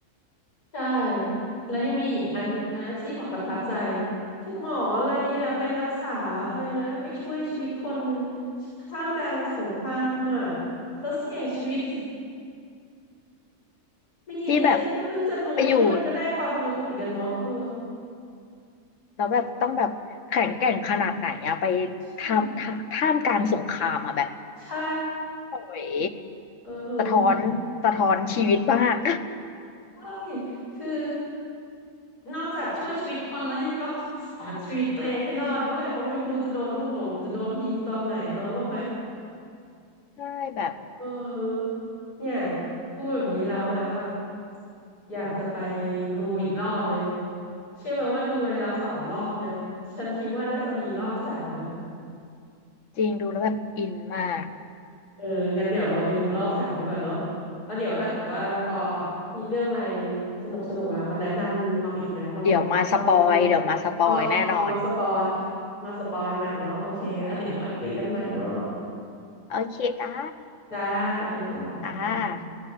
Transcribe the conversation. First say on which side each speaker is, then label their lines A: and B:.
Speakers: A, on the left; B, on the left.
A: ใช่แล้วยังมีอีกอันหนึ่งนะที่บอกประทับใจคือหมออะไรอ่ะไปรักษาอะไรนะไปช่วยชีวิตคนท่ามกลางสงครามอ่ะแล้วเสี่ยงชีวิตไม่อย่างเงี้ยฉันก็เพิ่งจะรู้เนี่ยมันก็ได้ความรู้เหมือนกันเนาะเออ
B: ที่แบบไปอยู่ แล้วแบบต้องแบบแข็งแกร่งขนาดไหนอะไป
A: ใช่
B: ทำท่ามท่ามกลางสงครามอะแบบ
A: ใช่
B: โอ้ย
A: เออ
B: สะท้อนสะท้อนชีวิตมาก
A: แหมใช่คือนอกจากช่วยชีวิตคนแล้วยังต้องรักษาชีวิตตัวเองให้รอดด้วยเพราะไม่รู้จะโดนลูกหลงหรือจะโดนยิงตอนไหนอะเนาะว่าไหม
B: <laughs> ใช่แบบ
A: เออเนี่ยพูดอย่างนี้แล้วนะแบบ
B: อืม
A: อยากจะไปดูอีกรอบเลยเชื่อไหมว่าดูไปแล้วสองรอบนะฉันคิดว่าน่าจะมีรอบสามอ่ะ
B: จริงดูแล้วแบบอินมาก
A: เอองั้นเดี๋ยวเราไปดูรอบสามดีกว่าเนาะแล้วเดี๋ยวถ้าเกิดว่าปออะมีเรื่องอะไรสนุกสนุกอ่ะมาแนะนำเราอีกนะเราแบบตอนนี้เรา
B: เดี๋ยวมาสปอยเดี๋ยวมาสปอยแน่นอน
A: เออเอาเอามาสปอยมาสปอยใหม่เนาะโอเคแล้วเดี๋ยว <laughs> ค่อยคุยกันใหม่เนาะ
B: โอเคจ้า
A: จ้าโอเคจ้าสวัสดีจ้า
B: ค่ะ